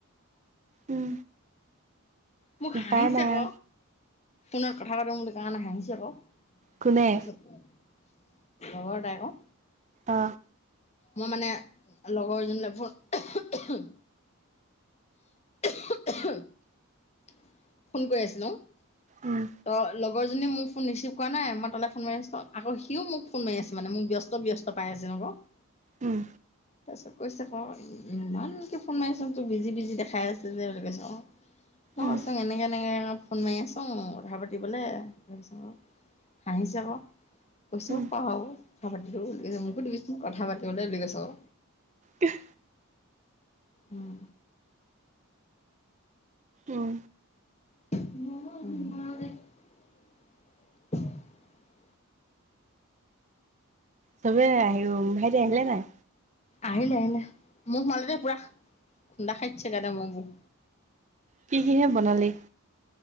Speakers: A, on the right (about 30°); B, on the left (about 30°).
A: উম
B: মোক
A: উপায়
B: হাঁহিছে
A: নাই
B: ক। ফোনত কথা পাতো বুলি তাৰমানে হাঁহিছে ক,
A: কোনে
B: তাৰপিছত- খবৰ তাই ক।
A: অ
B: মই মানে লগৰ জনিলে ফোন <unintelligible> ফোন কৰি আছিলোং ত
A: উম
B: লগ লগৰজনীয়ে মোৰ ফোন ৰিচিভ কৰা নাই মই তালে ফোন মাৰিছোঁ আকৌ হিউ মোক ফোন মাৰি আছে মানে মোক ব্যস্ত ব্যস্ত পাই আছে মানে হব
A: উম।
B: তাৰপিছত কৈছে ক ইমানকে ফোন মাৰি আছু তোক বিজি বিজি দেখাই আছে কৈছে ক। মই
A: উম
B: কৈচুং এনেকে এনেকে ফোন মাৰি আছো কথা পাতিবলৈ তাৰপাছত হাঁহিছে ক পইচাও
A: উম
B: পাওঁ কথা পাতিলে মোকো দিবিচোন কথা পাতিবলৈ কৈছে ক
A: ইহ
B: উম
A: উম
B: <unintelligible>
A: চবে আহিও ভাইটি আহিলে নাই?
B: আহিলে আহিলে মহ সোমালে দেই পুৰা খুন্দা খাই দিছে মহ বোৰ
A: কি কি হে বনালি?